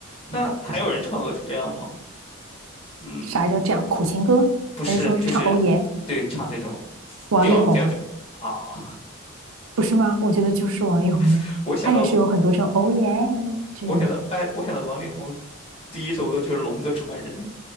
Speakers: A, on the left; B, on the right.
A: 那还有人唱歌是这样吗？嗯，
B: 啥叫这样？苦情歌还是说是唱哦耶？
A: 不是，就是对唱这种
B: 王力宏啊，
A: 调调调啊。
B: 不是吗？我觉得就是王力宏呀，
A: <laughs> 我想到，
B: 他也是有很多这种哦耶这种。
A: 我想到，哎，我想到王力宏第一首歌就是《龙的传人》，